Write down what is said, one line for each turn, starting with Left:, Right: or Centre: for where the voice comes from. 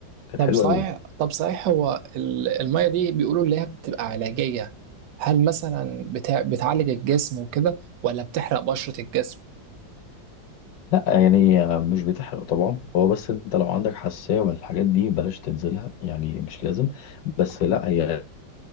Left: كانت
Right: طب
Left: حلوة
Right: صحيح
Left: قوي
Right: طب صحيح هو ال- الميه دي بيقولوا اللي هي بتبقى علاجيه هل مثلا بتع... بتعالج الجسم وكده ولا بتحرق بشرة الجسم
Left: لا يعني آه، مش بتحرق طبعا هو بس أنت لو عندك حساسية من الحاجات دي بلاش تنزلها يعني مش لازم بس لا هي